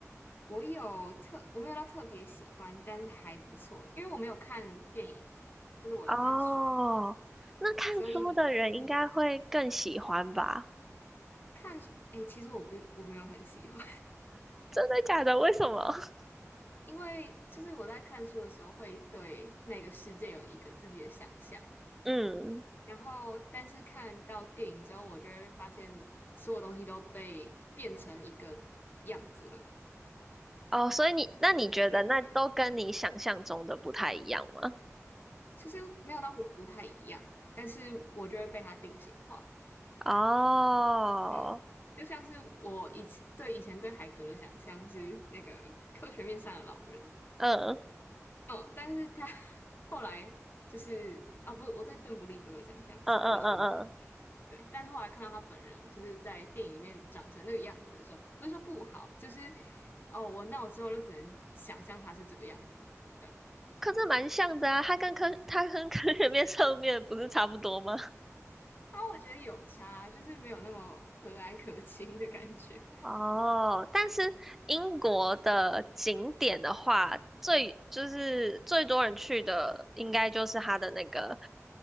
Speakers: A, on the left; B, in the centre.
A: 我有特，我没有到特别喜欢，但是还不错，因为我没有看电影，就是我都看书，
B: 哦，那看书的人应该会更喜欢吧？
A: 所以嗯，看书，哎，其实我不，我没有很喜欢，
B: 真的假的？为什么？<laughs>
A: <laughs> 因为就是我在看书的时候会对那个世界有一个自己的想象，
B: 嗯，
A: 然后但是看到电影之后，我就会发现所有东西都被变成一个样子了。
B: 哦，所以你，那你觉得那都跟你想象中的不太一样吗？
A: 对。其实没有到不不太一样，但是我就会被它定型化。
B: 哦，
A: 嗯，就像是我以前对以前对海格的想象是那个科学面上的老人，
B: 嗯
A: 嗯，但是他 <laughs> 后来就是啊，不，我对邓布利多的想象是科学面上的老人，
B: 嗯嗯嗯嗯，
A: 对，但后来看到他本人就是在电影里面长成那个样子的时候，不是说不好，就是哦，我那我之后就只能想象他是这个样子的，这样。
B: 可是蛮像的啊，他跟科，他跟科学面上面不是差不多吗？
A: 啊，我觉得有差，就是没有那么和蔼可亲的感觉。
B: 哦，但是英国的景点的话，最就是最多人去的，应该就是它的那个